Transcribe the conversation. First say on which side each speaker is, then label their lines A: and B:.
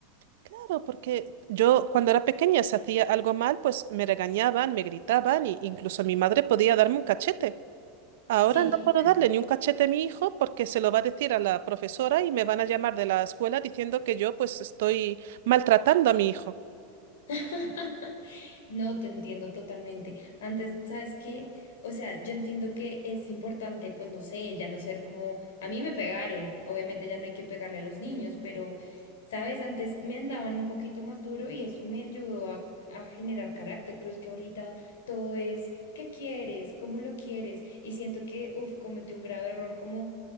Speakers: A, on the right; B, on the left.
A: Claro, porque yo cuando era pequeña si hacía algo mal pues me regañaban, me gritaban e incluso mi madre podía darme un cachete. Ahora
B: Sí,
A: no
B: total.
A: puedo darle ni un cachete a mi hijo porque se lo va a decir a la profesora y me van a llamar de la escuela diciendo que yo pues estoy maltratando a mi hijo.
B: <laughs> No, te entiendo totalmente. Antes, ¿sabes qué? O sea, yo entiendo que es importante, pues no sé, ya no ser como, a mí me pegaron, obviamente ya no hay que pegarle a los niños, pero, ¿sabes? Antes me andaban un poquito más duro y eso me ayudó a, a generar carácter, pero es que ahorita todo es, ¿qué quieres? ¿Cómo lo quieres? Y siento que, uff, cometí un grave error como...